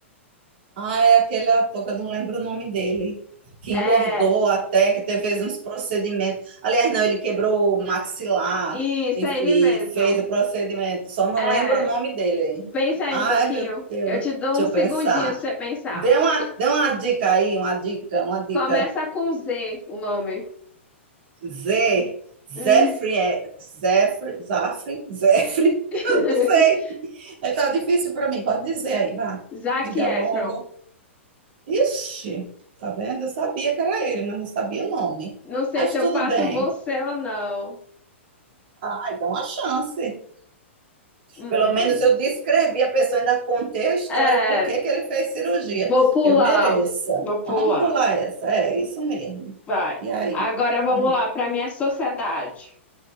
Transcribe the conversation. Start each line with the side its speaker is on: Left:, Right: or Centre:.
Right: Ah, é aquele ator que eu não lembro o nome dele, que
Left: É,
Right: engordou até, que teve uns procedimentos. Aliás, não, ele quebrou o maxilar
Left: isso,
Right: e,
Left: é ele mesmo.
Right: e fez o procedimento, só não
Left: É,
Right: lembro o nome dele.
Left: pensa aí
Right: Ai,
Left: um pouquinho.
Right: meu Deus,
Left: Eu te dou
Right: deixa
Left: um
Right: eu
Left: segundinho
Right: pensar.
Left: pra você pensar.
Right: Dê uma,
Left: Que-
Right: dê uma dica aí, uma dica, uma dica.
Left: Começa com Z o nome.
Right: Z, Zefre,
Left: Hum.
Right: é- Zefre, Zafre, Zefre, <laughs>
Left: <laughs>
Right: eu não sei. É, tá difícil para mim, pode dizer aí, vá,
Left: Zac
Right: diga
Left: Efron.
Right: logo. Ixi, tá vendo? Eu sabia que era ele, mas não sabia o nome.
Left: Não sei
Right: Mas
Left: se eu
Right: tudo
Left: passo
Right: bem.
Left: você ou não.
Right: Ai, dá uma chance.
Left: Hum,
Right: Pelo menos eu descrevi a pessoa, ainda contei a história,
Left: é,
Right: por que que ele fez cirurgia.
Left: vou pular,
Right: Eu mereço.
Left: vou pular,
Right: Vamos pular essa. É isso mesmo.
Left: vai.
Right: E aí?
Left: Agora vamos
Right: Hum,
Left: lá para minha sociedade.